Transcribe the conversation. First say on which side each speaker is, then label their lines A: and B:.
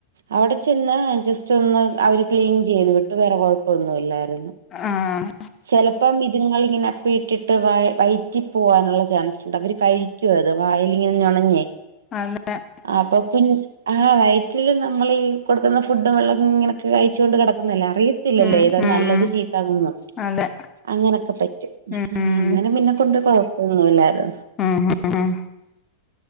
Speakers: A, on the right (about 65°); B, on the left (about 25°).
A: അവടെ ചെന്ന് ജസ്റ്റ്ന്ന് അവര് ക്ലീൻ ചെയ്ത് വിട്ട് വേറെ കൊഴപ്പൊന്നുല്ലായിരുന്നു
B: ആഹ്
A: ചെലപ്പം ഇത്ങ്ങളിങ്ങനെ അപ്പി ഇട്ടിട്ട് വ വയറ്റി പോവാനുള്ള ചാൻസ്ണ്ട്. അവര് കഴി ക്കു അത് വായിലിങ്ങനേ നൊണഞ്ഞേ
B: <unintelligible>
A: അപ്പൊ കു ആഹ് വയറ്റില് നമ്മളീ കൊടുക്കുന്ന ഫു ഡ് വെള്ളം ഇങ്ങനൊക്കെ കഴിച്ചുകൊണ്ട് കിടക്കുന്നല്ലേ അറിയത്തില്ലല്ലോ
B: ഉം
A: ഏത
B: ഉം
A: നല്ലത് ചീത്താ ന്നൊന്നും
B: അതെ
A: അങ്ങനൊക്കെ പറ്റും.
B: ഉം
A: അങ്ങനെ പിന്നെ കൊണ്ട് കൊഴപ്പൊന്നുല്ലാരുന്നു
B: ഉം ഹും ഉം